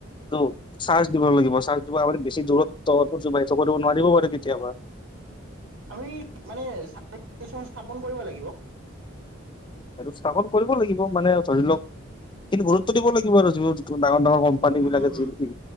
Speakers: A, on the left; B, on the right.
A: ত চাৰ্জ দিব লাগিব চাৰ্জ দিব বেছি দূৰত্ব কৰিব নোৱাৰিব পাৰে কেতিয়াবা <unintelligible>
B: আমি মানে চাৰভিন স্থাপন কৰিব লাগিব।
A: সেইটো স্থাপন কৰিব লাগিব মানে ধৰি লওক এইখিনি গুৰুত্ব দিব লাগিব আৰু <unintelligible> ডাঙৰ ডাঙৰ কোম্পানী
B: উম
A: বিলাকে
B: উম
A: যি
B: উম
A: ই